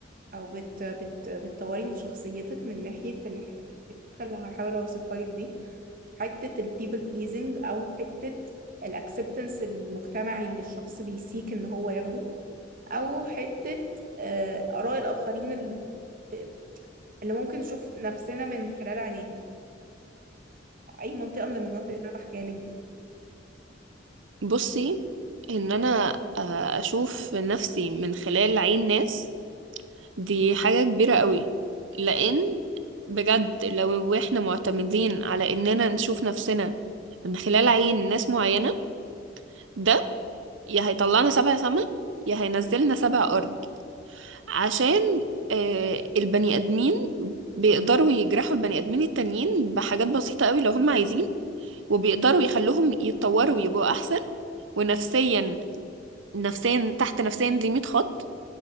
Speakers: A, on the right (about 50°); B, on the right (about 80°).
A: او بت بت بتطوري شخصيتك من ناحية الحتة اللي هحاول اوصفها لك دي حتة ال people pleasing او حتة ال acceptance المجتمعي اللي الشخص بيسيك ان هو ياخده او حتة آه، آراء الآخرين اللي, ب- اللي ممكن نشوف نفسنا من خلال عينيهم اي منطقة من المناطق اللي انا بحكيها لك دي
B: بصي ان انا آه، اشوف نفسي من خلال عين ناس دي حاجة كبيرة قوي لان بجد لو احنا معتمدين على اننا نشوف نفسنا من خلال عين ناس معينة ده يا هيطلعنا سبع سما يا هينزلنا سبع ارض عشان آه، البني ادمين بيقدروا يجرحوا البني ادمين التانيين بحاجات بسيطة قوي لو هم عايزين وبيقدروا يخلوهم يتطوروا ويبقوا احسن ونفسيا نفسيا تحت نفسيا دي 100 خط